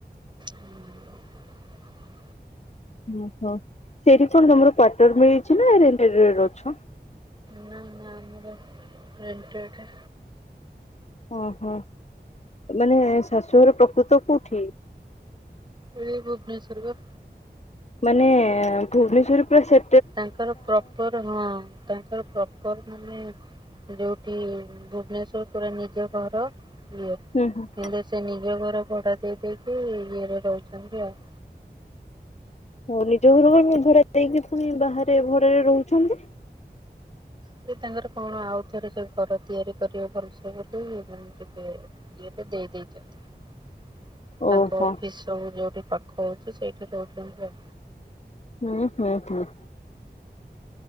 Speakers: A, on the right; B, on the left.
A: ହୁଁ <unintelligible>
B: ଓହୋ ସେଇଠି କଣ ତମର କ୍ଵାଟର ମିଳିଛି ନା ରେଣ୍ଟ ରେ ଅଛ?
A: ନା ନା ଆମର ରେଣ୍ଟଡ।
B: ଓହୋ ମାନେ ଶାଶୁଘର ପ୍ରକୃତ କୁଠି?
A: ଏଇ ଭୁବନେଶ୍ୱର ବା।
B: ମାନେ ଭୁବନେଶ୍ୱର ପୁରା ସେ
A: ତାଙ୍କର ପ୍ରପର ହଁ ତାଙ୍କର ପ୍ରପର ମାନେ ଯୋଉଠି ଭୁବନେଶ୍ଵର ପୁରା ନିଜ ଘର ଇଏ।
B: ହୁଁ।
A: କିନ୍ତୁ ସେ ନିଜ ଘର ଭଡା ଦେଇ ଦେଇେକି ଇଏରେ ରହୁଛନ୍ତି ଆଉ।
B: ହଉ ନିଜ ଘର ଭଡ଼ା ଦେଇକି ପୁଣି ବାହାରେ ଭଡାରେ ରହୁଛନ୍ତି।
A: ସେ ତାଙ୍କର କଣ ଆଉ ଥରେ ସେ ଘର ତିଆରି କରିବେ ଭଲସେ ବୋଲି ମାନେ ଟିକେ ଏବେ ଦେଇ ଦେଇଚନ୍ତି। ତାଙ୍କ
B: ଓହୋ
A: ଅଫିସ ସବୁ ଯୋଉଠି ପାଖ ହଉଛି ସେଇଠି ରହୁଛନ୍ତି ଆଉ।
B: ହୁଁ ହୁଁ ହୁଁ।